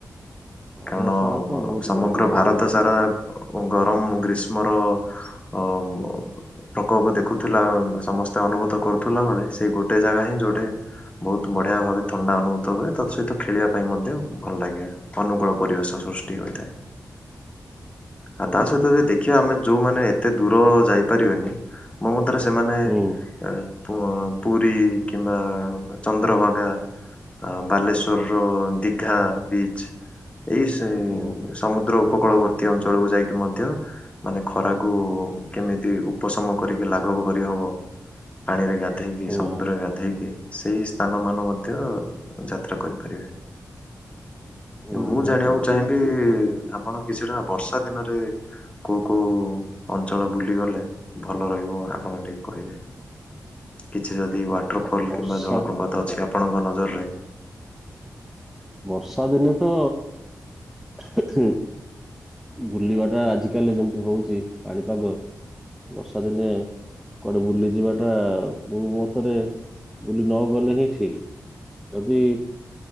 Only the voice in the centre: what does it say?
ଧର୍ମଶାଳା
ତ
ବହୁତ
ବଢିଆ ଜାଗା
ମୁଁ
ହୁଁ
ହୁଁ
ହୁଁ।
ହୁଁ ହୁଁ
ହୁଁ।
ନିହାତି
ଭାବେ
ବ- ବର୍ଷା
ବର୍ଷା ଦିନେ ତ ଉଃ ହୁଁ। ବୁଲିବା ଟା ଆଜିକାଲି ଯେମିତି ହଉଛି ପାଣିପାଗ ବର୍ଷା ଦିନେ। କୁଆଡ଼େ ବୁଲିଯିବାଟା ମୋ ମତରେ ବୁଲି ନଗଲେ ହିଁ ଠିକ୍। ଯଦି